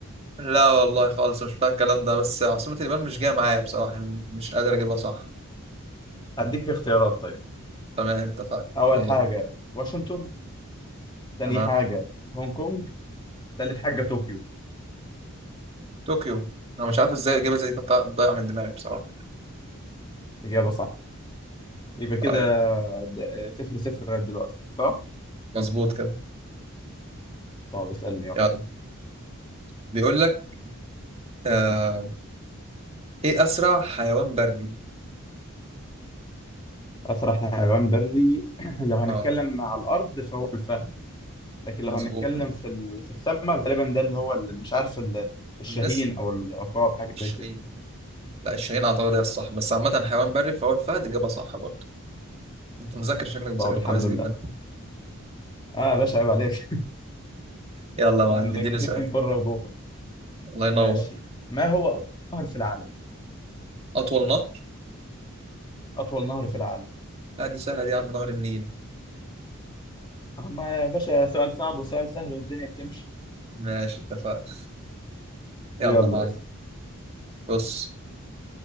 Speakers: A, on the right; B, on the left.
A: لا والله خالص مش فاهم الكلام ده بس عاصمة اليابان مش جاية معايا بصراحة يعني مش قادر اجيبها صح
B: اديك اختيارات طيب
A: تمام اتفقنا
B: اول
A: يلا
B: حاجة
A: بينا
B: واشنطن تاني
A: تمام
B: حاجة هونج كونج تالت حاجة طوكيو
A: طوكيو انا مش عارف ازاي الاجابة زي دي كانت ضايعة من دماغي بصراحة
B: إجابة صح يبقى كده
A: طيب
B: د- صفر صفر لغاية دلوقتي صح؟
A: مظبوط كده
B: طب اسألني يلا
A: يلا بيقول لك آه ايه اسرع حيوان بري
B: أسرع حيوان بري <clears throat> لو هنتكلم
A: اه
B: على الأرض فهو الفهد لكن لو
A: مظبوط
B: هنتكلم في ال... في السماء غالبا ده اللي هو اللي مش عارف ال... الشاهين
A: النسر
B: أو العقاب حاجة
A: الشاهين
B: زي كده
A: لا الشاهين اعتقد هي الصح بس عامه حيوان بري فهو الفهد اجابه صح برضه انت مذاكر شكلك مذاكر
B: طب الحمد
A: كويس جدا
B: لله آه يا باشا عيب عليك <laughs>
A: يلا
B: مذاكرين
A: يا معلم اديني سؤال
B: بره وجوه
A: الله ينور
B: ماشي ما هو أطول نهر في العالم؟
A: اطول نهر
B: أطول نهر في العالم
A: لا دي سهله دي يا عم نهر النيل
B: آه، ما يا باشا سؤال صعب وسؤال سهل والدنيا بتمشي
A: ماشي اتفقنا يلا
B: يلا
A: يا معلم
B: اسأل
A: بص